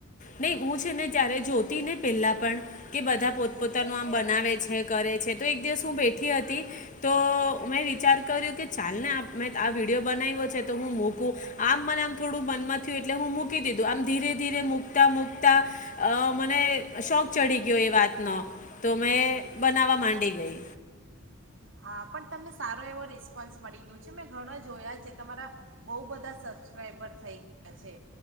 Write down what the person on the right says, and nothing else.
હા, પણ તમને સારો એવો રિસ્પોન્સ મળી ગયો છે, મેં ઘણા જોયા છે, તમારા બહુ બધા સબસ્ક્રાઈબર થઈ ગયા છે.